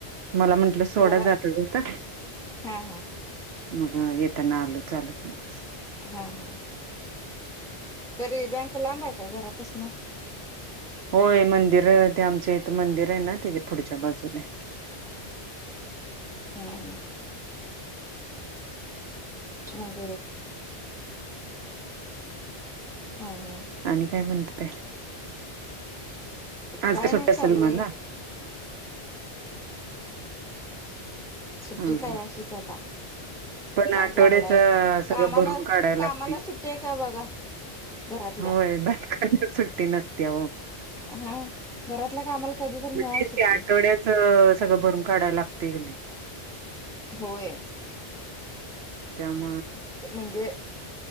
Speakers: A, on the right; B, in the centre.
A: मला म्हटलं सोडा
B: जरा
A: जाता जाता
B: हा हा
A: मग येेताना आलो चालत मग
B: हा हा तरी बँक लांबाय का घरापासन
A: होय मंदिर ते आमच इथं मंदिर आहे ना त्या पुढच्या बाजूला हाय
B: हम् हम मग हा हा
A: आणि काय म्हणताय आज
B: काय
A: सुट्टी
B: नाही
A: असेल
B: चाललय
A: मला?
B: सुट्टी
A: हं
B: काय
A: हं
B: अशीच आता.
A: पण
B: फास
A: आठवड्याच
B: लागलाय कामाला,
A: सगळं भरून काढायला
B: कामाला
A: लागते.
B: सुट्टी का बघा. घरातल्या
A: होय बायकांना सुट्टी नसत्या हो
B: हा घरातला कामाला कधी तर मिळावी
A: म्हणतेच
B: सुट्टी
A: ते आठवड्याच सगळं भरून काढायला लागते क नाही
B: होय
A: त्यामुळ
B: म्हणजे